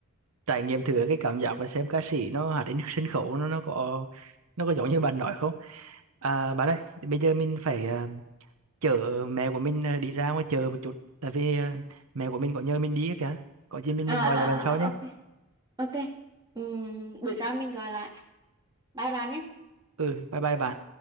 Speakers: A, on the right; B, on the right.
A: trải nghiệm thử cái cảm giác và xem ca sĩ nó hát trên sân khấu nó nó có nó có giống như bạn nói không? À, bạn ơi, bây giờ mình phải à, chở mẹ của mình à, đi ra ngoài chờ một chút, tại vì à, mẹ của mình có nhờ mình đi á kìa. Có gì mình
B: à
A: mình gọi
B: à à
A: lại bạn sau nhé.
B: à, ok ok Ừm, buổi sau mình gọi lại bye bye nhé
A: Ừ, bye bye bạn.